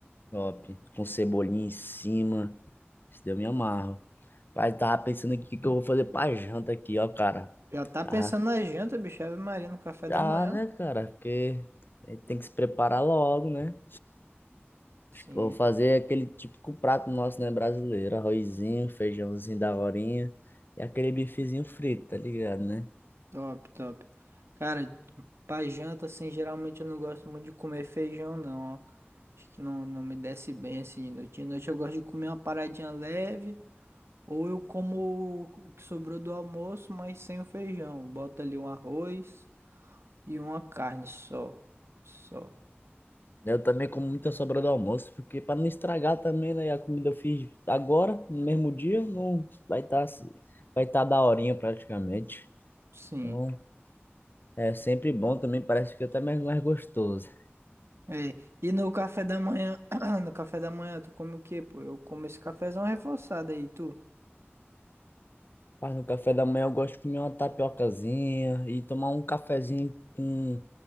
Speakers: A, on the left; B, on the right.
A: top, com cebolinha em cima, isso daí eu me amarro. Pai, tava pensando aqui o que que eu vou fazer pra janta aqui, ó, cara,
B: Já tá
A: tá?
B: pensando na janta, bicho. Ave Maria no café
A: Já,
B: da manhã.
A: né, cara? Porque a gente tem que se preparar logo, né?
B: Sim,
A: Acho que eu vou fazer aquele típico prato nosso, né, brasileiro. Arrozinho, feijãozinho da horinha e aquele bifezinho frito, tá ligado, né?
B: top, top. Cara, pra janta, assim, geralmente eu não gosto muito de comer feijão, não, ó. Acho que não, não me desce bem, assim, de noite. De noite eu gosto de comer uma paradinha leve, ou eu como o que sobrou do almoço, mas sem o feijão. Bota ali um arroz e uma carne só. Só.
A: Eu também como muita sobra do almoço, porque para não estragar também, né? E a comida eu fiz agora, no mesmo dia, não vai estar vai tá da horinha praticamente.
B: Sim.
A: Então, é sempre bom também, parece que é até mais, mais gostoso.
B: É, e no café da manhã, <clears throat> no café da manhã, tu come o quê, pô? Eu como esse cafezão reforçado aí, tu?
A: Mas no café da manhã eu gosto de comer uma tapiocazinha e tomar um cafezinho com